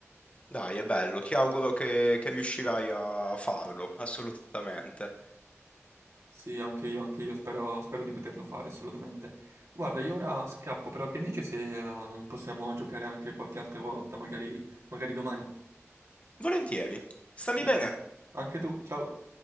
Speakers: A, on the left; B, on the right.
A: Dai, è bello, ti auguro che, che riuscirai a farlo, assolutamente.
B: Sì, anche io, anche io spero, spero di poterlo fare assolutamente. Guarda, io ora scappo, però che dici se eh, possiamo giocare anche qualche altra volta, magari, magari domani?
A: Volentieri. Stammi
B: Dai.
A: bene.
B: Anche tu, ciao.